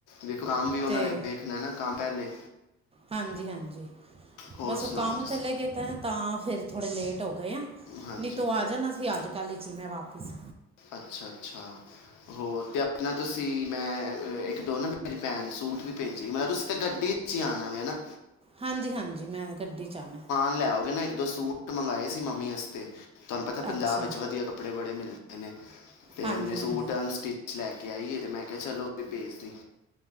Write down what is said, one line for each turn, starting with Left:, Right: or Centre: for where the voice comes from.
Left: ਦੇਖੋ ਆਮ ਵੀ ਓਹਨਾਂ
Right: ਤੇ
Left: ਨੇ ਨੇ ਨਾ ਕਾ ਪਹੇਲੇ
Right: ਹਾਂਜੀ ਹਾਂਜੀ
Left: ਹੋਰ
Right: ਬਸ ਓਹ
Left: ਸੁਣਾਓ
Right: ਕੰਮ
Left: ਤੁਸੀਂ
Right: ਚਲੇ ਗੇ ਤੇ ਤਾਂ ਫੇਰ ਥੋੜੇ ਲੇਟ ਹੋ ਗਏ ਆ।
Left: ਹਾਂਜੀ
Right: ਨੀ ਤੋਂ ਆ ਜਾਨਾ ਸੀ ਅੱਜ ਕੱਲ ਚ ਮੈਂ ਵਾਪਸ।
Left: ਅੱਛਾ ਅੱਛਾ ਹੋਰ ਤੇ ਅਪਨਾ ਤੁਸੀਂ ਮੈਂ ਇੱਕ ਦੋ ਨਾ ਮੇਰੀ ਪੇਨ ਸੂਟ ਵੀ ਪੇਜੇ ਗੀ ਮਤਲਬ ਤੁਸੀਂ ਤਾਂ ਗੱਡੀ ਚ ਈ ਆਨਾ ਏ ਨਾ। ਹ
Right: ਹਾਂਜੀ ਹਾਂਜੀ ਮੈਂ ਗੱਡੀ ਚ ਆਨਾ ਏ।
Left: ਲੈ ਅਓਗੇ ਨਾ ਇੱਕ ਦੋ ਸੂਟ ਮੰਗਾਏ ਸੀ ਮੰਮੀ ਵਸਤੇ ਤੁਹਾਨੂੰ ਪਤਾ
Right: ਅੱਛਾ
Left: ਪੰਜਾਬ ਵੀਚ ਵਧੀਆ ਕੱਪੜੇ ਬੜੇ ਮਿਲਦੇ। ਨੇ ਤੇ
Right: ਹਾਂਜੀ
Left: ਉਹਨੇ
Right: ਹਾਂਜੀ
Left: ਸੂਟ ਅਨਸਟਿਚ ਲੈ ਕੇ ਆਈ ਹੈ, ਤੇ ਮੈਂ ਕਿਹਾ ਚਲੋ ਭੇਜਦੀ